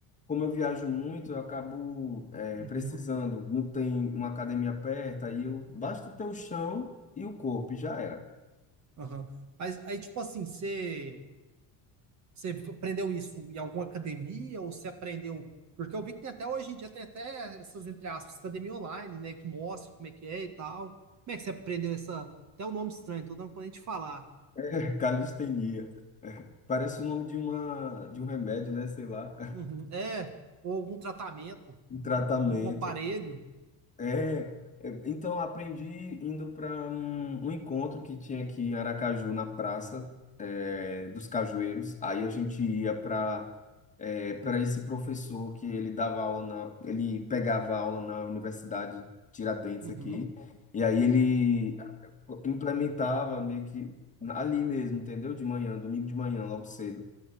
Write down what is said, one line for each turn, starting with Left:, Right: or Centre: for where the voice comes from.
Left: como eu viajo muito, eu acabo é,
Right: Uhum.
Left: precisando. Não tem uma academia perto, aí eu basta ter o chão e o corpo, e já era.
Right: Aham. Mas aí, tipo assim, você, você aprendeu isso em alguma academia ou você aprendeu? Porque eu vi que tem até hoje em dia, tem até essas, entre aspas, academia online, né? Que mostra como é que é e tal. Como é que você aprendeu essa. Até o nome estranho, tô dando quando a gente falar.
Left: <laughs> Calistenia. Parece o nome de uma de um remédio, né? Sei lá,
Right: Uhum. É, ou algum tratamento,
Left: <laughs> um tratamento.
Right: ou algum aparelho.
Left: É, eu- então eu aprendi indo para um, um encontro que tinha aqui em Aracaju, na Praça é, dos Cajueiros. Aí a gente ia para é, para esse professor que ele dava aula na, ele pegava aula na Universidade Tiradentes
Right: Uhum.
Left: aqui. E aí ele eh, implementava meio que ali mesmo, entendeu? De manhã, domingo de manhã, logo cedo.